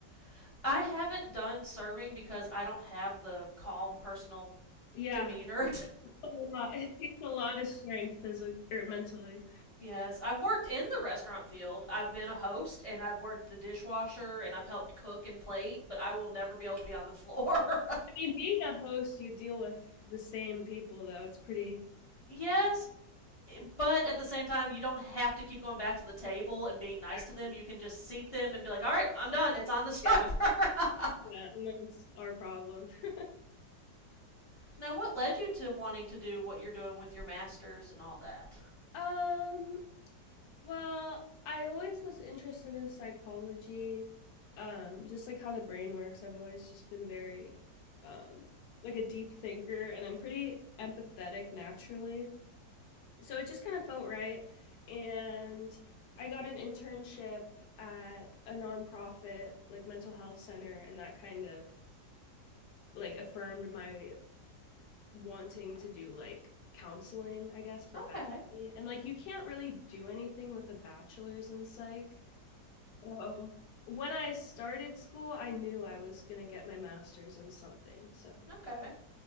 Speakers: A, on the left (about 30°); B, on the left (about 70°).
A: <laughs> I haven't done serving because I don't have the calm personal
B: Yeah,
A: demeanor.
B: a lot. <laughs> It takes a lot of strength physically or mentally.
A: <laughs> yes, I've worked in the restaurant field. I've been a host and I've worked the dishwasher and I've helped cook and plate, but I will never be able to be on the floor.
B: I mean, being a host, you deal with the same people, though. It's pretty.
A: <laughs> yes, But at the same time, you don't have to keep going back to the table and being nice
B: taxing.
A: to them. You can just seat them and be like, all right, I'm done. It's on the server.
B: Yeah, yeah, and that's our problem. <laughs>
A: <laughs> now, what led you to wanting to do what you're doing with your masters and all that?
B: Um, well, I always was interested in psychology, um, just like how the brain works. I've always just been very, um, like a deep thinker, and I'm pretty empathetic naturally. So it just kind of felt right. And I got an internship at a nonprofit, like mental health center, and that kind of like affirmed my wanting to do like counseling, I guess, professionally.
A: Okay.
B: And like you can't really do anything with a bachelor's in psych. Um, when I started school, I knew I was gonna get my master's in something. So.
A: Okay.